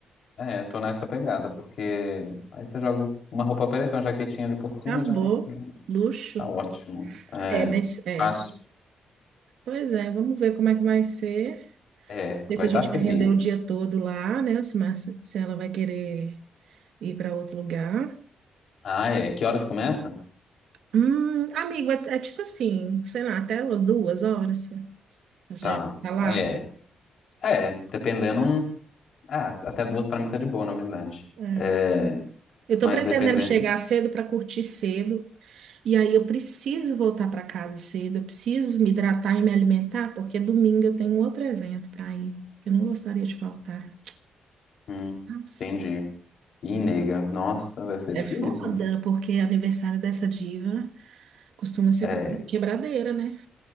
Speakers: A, on the left; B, on the right.
A: É, tô nessa pegada, porque aí você joga uma roupa preta, uma jaquetinha ali por cima,
B: Acabou.
A: já, já
B: Luxo.
A: tá ótimo. É,
B: É, mas é,
A: fácil.
B: Pois é, vamos ver como é que vai ser.
A: É,
B: Não sei
A: vai
B: se a
A: estar
B: gente
A: frio.
B: vai render o dia todo lá, né? Se, Mar- se ela vai querer ir para outro lugar.
A: Ah, é. Que horas começa?
B: Hum, amigo, é, é tipo assim, sei lá, até umas duas horas. Você
A: Tá.
B: já tá lá.
A: É, é, dependendo. Ah, até duas pra mim tá de boa, na verdade.
B: É.
A: É,
B: Eu tô
A: Mas
B: pretendendo
A: dependendo.
B: chegar cedo para curtir cedo. E aí eu preciso voltar para casa cedo. Eu preciso me hidratar e me alimentar, porque domingo eu tenho outro evento para ir, que eu não gostaria de faltar.
A: Hum,
B: Nossa,
A: entendi. Ih, nega, nossa, vai ser
B: é
A: difícil.
B: foda, porque é aniversário dessa diva. Costuma ser
A: É,
B: cre- quebradeira, né?